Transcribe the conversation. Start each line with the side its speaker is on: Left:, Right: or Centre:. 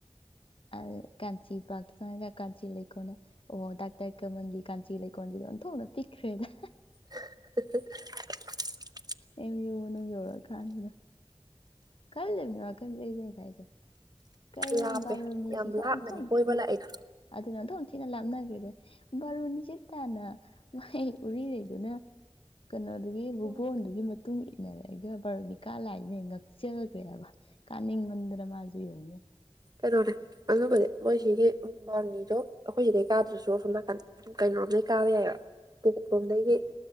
Left: ꯑ ꯀꯥꯟꯆꯤ ꯄꯥꯛꯇ ꯆꯪꯉꯒ ꯀꯥꯡꯆꯤ ꯂꯩꯀꯣꯟꯗ ꯑꯣ ꯗꯥꯛꯇꯔ ꯀꯥꯃꯜꯒꯤ ꯀꯥꯟꯆꯤ ꯂꯩ ꯀꯣꯟꯖꯤꯗꯤ ꯑꯣꯟꯊꯣꯛꯅ ꯄꯤꯛꯈꯔ꯭ꯦ ꯗ
Right: <inaudible> <unintelligible>
Left: ꯑꯦꯝꯃꯌꯨ ꯃꯅꯨꯡ ꯌꯧꯔꯀꯥꯟꯗꯨꯗ ꯈꯜꯂꯤꯕꯅꯤ ꯋꯥꯈꯜꯁꯦ ꯑꯩꯖꯨ ꯉꯥꯁꯥꯏꯁꯨ ꯀꯩꯅꯣ
Right: ꯂꯥꯞꯄꯦ
Left: ꯕꯥꯔꯣꯅꯤ
Right: ꯌꯥꯝ
Left: ꯆꯤꯡꯈꯣꯡ
Right: ꯂꯥꯞꯅꯅꯦ
Left: ꯑꯟꯊꯣꯛ
Right: ꯀꯣꯏꯕ
Left: ꯊꯤꯅ
Right: ꯂꯥꯛꯏꯗꯣ
Left: ꯑꯗꯨꯅ ꯑꯣꯟꯊꯣꯛ ꯊꯤꯅ ꯂꯥꯄ ꯝꯅꯈ꯭ꯔꯦꯗ ꯕꯥꯔꯨꯅꯤꯖꯦ ꯇꯥꯟꯅ ꯃꯥꯏ ꯎꯔꯤꯔꯩꯗꯨꯅ ꯀꯩꯅꯣꯗꯨꯒꯤ ꯕꯨꯕꯣꯟꯗꯨꯒꯤ
Right: ꯎꯝ
Left: ꯃꯇꯨꯡ ꯏꯟꯅꯔꯒ ꯕꯥꯔꯃꯤꯀꯥ ꯂꯥꯛꯠ ꯅꯤꯡꯉꯛ ꯆꯦꯜꯒꯔ꯭ꯦ ꯕ ꯀꯥꯅꯤꯡꯃꯟꯗꯅ ꯃꯥꯖꯨ ꯌꯦꯉꯨꯅꯦ
Right: ꯀꯩꯅꯣꯅꯦ ꯑꯗꯨꯕꯨꯗꯤ ꯃꯣꯏꯁꯤꯒꯤ ꯕꯥꯔꯅꯤꯗꯣ ꯑꯩꯈꯣꯏ ꯁꯤꯗꯩ ꯀꯥꯗ꯭ꯔꯁꯨ ꯑꯁꯣꯝ ꯅꯥꯀꯟꯗ ꯀꯩꯅꯣꯝꯗꯩ ꯀꯥꯕ ꯌꯥꯏꯕ ꯄꯨꯕꯨꯕꯔꯣꯝꯗꯒꯤ